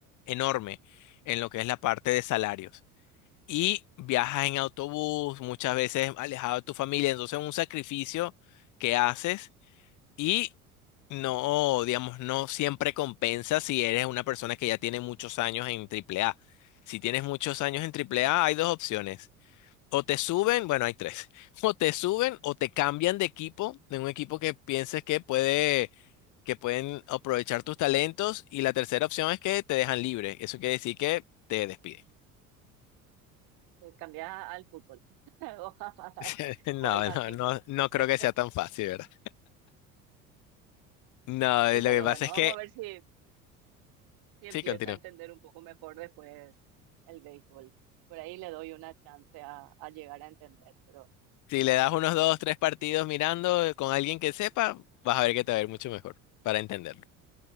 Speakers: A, on the left (about 45°); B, on the right (about 55°).
A: enorme en lo que es la parte de salarios. Y viajas en autobús, muchas veces alejado de tu familia, entonces un sacrificio que haces Y no, digamos, no siempre compensa si eres una persona que ya tiene muchos años en Triple A Si tienes muchos años en Triple A hay dos opciones. O te suben, bueno, hay tres. <laughs> O te suben o te cambian de equipo, de un equipo que pienses que puede, que pueden aprovechar tus talentos. Y la tercera opción es que te dejan libre. Eso quiere decir que te despiden.
B: Te cambiás al fútbol <laughs> o, a-
A: <laughs> No,
B: o al badminton.
A: no, no, no
B: No sé.
A: creo que sea tan fácil, ¿verdad? No,
B: Híjole,
A: lo que
B: bueno,
A: pasa es
B: vamos
A: que,
B: a ver si, si empiezo
A: sí, continúa.
B: a entender un poco mejor después el béisbol. Por ahí le doy una chance a, a llegar a entender, pero
A: Si le das unos
B: no
A: dos,
B: sé.
A: tres partidos mirando eh, con alguien que sepa, vas a ver que te va a ir mucho mejor para entenderlo.